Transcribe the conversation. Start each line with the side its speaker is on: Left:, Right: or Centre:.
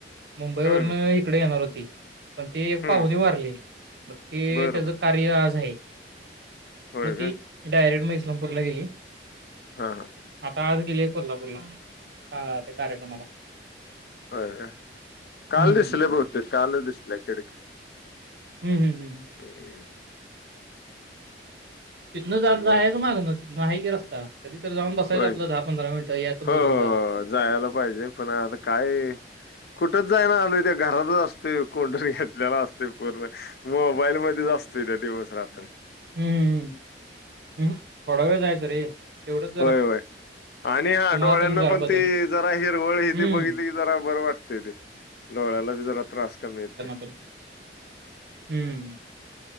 Right: मुंबई वरन
Left: हम्म
Right: एकडे येणार होती पण ते
Left: हम्म
Right: पाहुणे वारले मग ते
Left: बरं
Right: त्याच
Left: बरं
Right: कार्य आज आहे
Left: होय का?
Right: ती डायरेक्ट मग इस्लामपूरला गेली
Left: हा हा
Right: आता आज गेलीये कोल्हापूरला आ त्या कार्यक्रमाला
Left: हो का काल
Right: हं.
Left: दिसले बहुतेक काल दिसलया कडक्या
Right: हम् हम हमम
Left: ह् <unintelligible>
Right: तिथनं जा जाहायचं
Left: बाकी
Right: मागणं तिथं आहे की रस्ता कधी तर जाऊन बसायचं
Left: होय
Right: आपलं दहा पंधरा मिनिटं याचं बोलून
Left: हो हो
Right: जारा
Left: जायला पाहिजे पण आता काय कुठच जाय ना आलो त्या घरातच असते कोंडून घेतलेला असत ते पूर्ण मोबाईल मध्येच असतोय त्या दिवस रात्र
Right: हम्म थोडा व जायच रे तेवढंच जरा
Left: होय होय. आणि हा
Right: तुम्हाला
Left: डोळ्यांना
Right: जरा
Left: पण
Right: बदल
Left: ती जरा हिरवळ ही
Right: हम्म
Left: ती बघितली की जरा बर वाटतय ते डोळ्याला बी जरा त्रास कमी येते
Right: ह हम्म